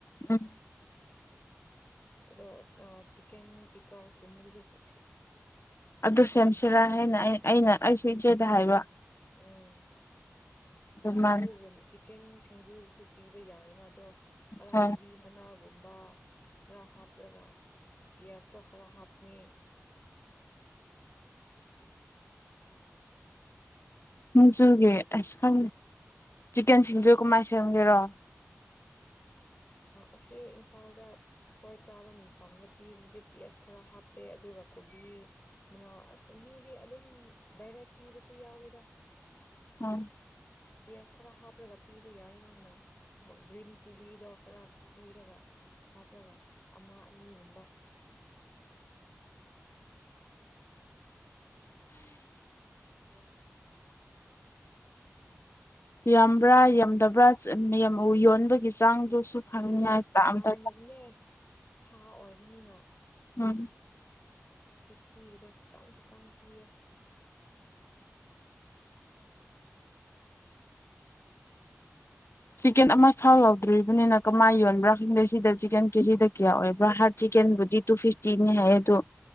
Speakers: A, on the left; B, on the left.
A: ꯎꯝ
B: ꯑꯗꯣ ꯆꯟ ꯄꯤꯀꯥꯎꯁꯒꯨꯝꯕꯗꯨ ꯑꯗꯨꯁ
A: ꯑꯗꯨ ꯁꯦꯝꯁꯤꯔꯥ ꯍꯥꯏꯅ ꯑꯩ ꯑꯩꯅ ꯑꯩꯁꯨ ꯏꯆꯦꯗ ꯍꯥꯏꯕ
B: ꯎꯝ
A: ꯑꯗꯨ
B: ꯁꯤꯡꯖꯨ
A: ꯃꯥꯅ
B: ꯀꯦꯟ ꯁꯤꯡꯖꯁꯨ ꯄꯤꯕ ꯌꯥꯏꯌꯦꯅ ꯑꯗꯣ ꯀꯔꯀꯣꯕꯤ
A: ꯍꯣꯏ
B: ꯃꯅꯥ ꯒꯨꯝꯕ ꯈꯔ ꯍꯥꯞꯔꯒ ꯄꯤꯌꯥꯁꯇꯣ ꯈꯔ ꯍꯥꯞꯅꯤ
A: ꯃꯨꯝꯆꯨꯒꯤ ꯑꯁ ꯈꯪꯉꯦ ꯆꯤꯛꯀꯟ ꯁꯤꯡꯖꯨ ꯀꯃꯥꯏꯅ ꯁꯦꯝꯒꯦꯔꯣ
B: ꯑꯁꯤ ꯏꯝꯐꯥꯜꯗ ꯑꯩ꯭ꯋꯥꯏ ꯆꯥꯕ ꯃꯐꯝꯗ ꯄꯤꯕꯗꯨꯗꯤ ꯄꯁ ꯈꯔ ꯍꯥꯞꯄꯦ ꯑꯗꯨꯒ ꯀꯣꯕꯤ ꯃꯅꯥꯁ ꯃꯤꯗꯤ ꯑꯗꯨꯝ ꯗꯥꯏꯔꯦꯛ ꯄꯤꯕꯁꯨ ꯌꯥꯎꯋꯦꯗ
A: ꯎꯝ
B: ꯄꯤꯌꯥꯁ ꯈꯔ ꯍꯥꯞꯄꯒ ꯄꯤꯕ ꯌꯥꯏ ꯅꯪꯅ ꯒ꯭ꯔꯤꯟ ꯆꯤꯂꯤꯗꯣ ꯈꯔ ꯄꯤꯔꯒ ꯍꯥꯞꯂꯒ ꯑꯃ ꯑꯅꯤꯒꯨꯝꯕ <unintelligible>
A: ꯌꯥꯝꯕ꯭ꯔꯥ ꯌꯥꯝꯗꯕ꯭ꯔꯥ ꯌꯣꯟꯕꯒꯤ ꯆꯥꯡꯗꯨꯁꯨ ꯈꯪꯅꯤꯡꯉꯥꯏ
B: ꯑꯁ
A: ꯑꯝꯇ
B: ꯌꯥꯝꯂꯕꯅꯦ ꯁꯥ ꯑꯣꯏꯕꯅꯤꯅ
A: ꯎꯝ
B: ꯐꯤꯐꯇꯤꯒꯤꯗꯣ ꯈꯤꯇꯪ ꯈꯤꯇꯪ ꯄꯤꯌꯦ
A: ꯆꯤꯛꯀꯦꯟ ꯑꯃ ꯐꯥꯎ ꯂꯧꯎꯗꯣꯔꯤꯕꯅꯤꯅ ꯀꯃꯥꯏ ꯌꯣꯟꯕ꯭ꯔꯥ ꯈꯪꯗꯦ ꯁꯤꯗ ꯆꯤꯛꯀꯟ ꯀꯦꯖꯤꯗ ꯀꯌꯥ ꯑꯣꯏꯕ꯭ꯔꯥ ꯍꯥꯔꯠ ꯆꯤꯛꯀꯦꯟꯕꯨꯗꯤ ꯇꯨ ꯐꯤꯐꯇꯤꯅꯤ ꯍꯥꯏ ꯑꯗꯨꯗꯣ